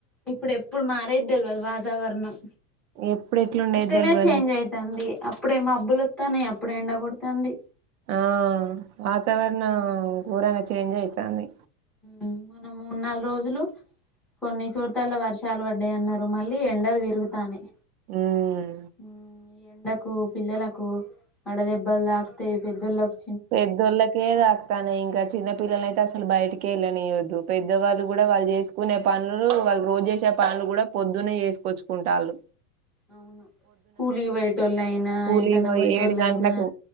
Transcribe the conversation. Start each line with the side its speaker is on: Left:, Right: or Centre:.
Centre: ఇప్పుడు ఎప్పుడు మారేది తెల్వదు వాతావరణం.
Right: ఎప్పుడు ఎట్లుండేది
Centre: ఉత్తితనే
Right: తెల్వదు
Centre: చేంజ్ అయితాంది. అప్పుడే మబ్బులొత్తానయి అప్ ఇప్పుడే ఎండకొడతాంది.
Right: ఆ వాతావరణం గోరంగా చేంజ్ అయితాంది.
Centre: ఉమ్ మొన్న మూడు నాలుగు రోజులు కొన్ని చోట్లల్లా వర్షాలు పడ్డయి అన్నరు, మళ్ళీ ఎండలు పెరుగుతానయి.
Right: ఉమ్
Centre: ఆ ఈ ఎండ కు పిల్లలకు వడ దెబ్బలు తాకుతయి. పెద్దోళ్ళకు
Right: పెద్దోళ్ళకే తాకుతానయి ఇంకా చిన్నపిల్లలు అయితే అ సలు బయటికే ఎళ్లానీయొద్దు. పెద్దవాళ్ళు కూడా వాళ్ళు చేసుకునె పనులు వాళ్ళు రోజు చేసే పనులు కూడా పొద్దునే చేసుకొచ్చుకుంటాల్లు.
Centre: అవును కూలీకి పోయేటోళ్ళు అయినా
Right: కూలి
Centre: ఎటన్నా
Right: పోయి
Centre: పోయేటోళ్ళు
Right: ఏడు గంటలకు
Centre: అయినా